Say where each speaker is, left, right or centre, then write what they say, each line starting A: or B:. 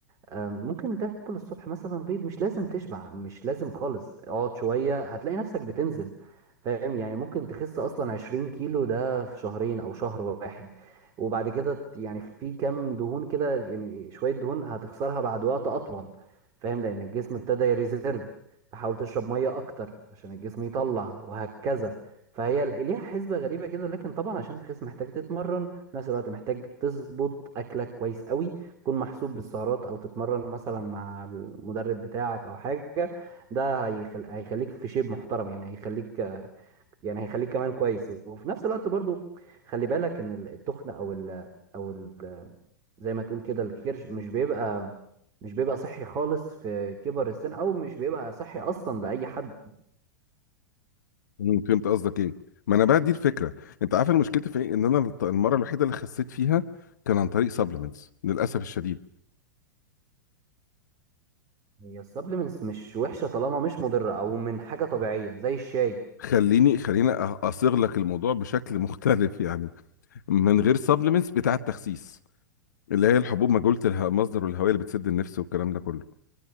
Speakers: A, on the right; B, on the left.
A: آه، ممكن تاكل الصبح مثلا بيض مش لازم تشبع مش لازم خالص اقعد شوية هتلاقي نفسك بتنزل فاهم يعني ممكن تخس اصلا 20 كيلو ده في شهرين او شهر واحد وبعد كده ت- يعني في كام دهون كده يعني شوية دهون هتخسرها بعد وقت اطول فاهم لان الجسم ابتدى يريزيرف فحاول تشرب مية اكتر عشان الجسم يطلع وهكذا فهي ل- ليها حسبة غريبة كده لكن طبعا عشان تخس محتاج تتمرن في نفس الوقت محتاج تظبط اكلك كويس قوي تكون محسوب بالسعرات او تتمرن مثلا مع المدرب بتاعك او حاجه ده هيخل... هيخليك في شيب محترم يعني هيخليك يعني هيخليك كمان كويس وفي نفس الوقت برضو خلي بالك ان ال- التخن او ال... او ال... زي ما تقول كده الكرش مش بيبقى مش بيبقى صحي خالص في كبر السن او مش بيبقى صحي اصلا لاي حد
B: مم، فهمت قصدك ايه ما انا بقى دي الفكره انت عارف أنا مشكلتي في ايه ان انا الط- المره الوحيده اللي خسيت فيها كان عن طريق سبلمنتس للاسف الشديد
A: هي السبلمنتس مش وحشه طالما مش مضره او من حاجه طبيعيه زي الشاي
B: خليني خليني أ- اصيغ لك الموضوع بشكل <laughs> مختلف يعني من غير سبلمنتس بتاع التخسيس اللي هي الحبوب مجهولة اله- مصدر والهوية اللي بتسد النفس والكلام ده كله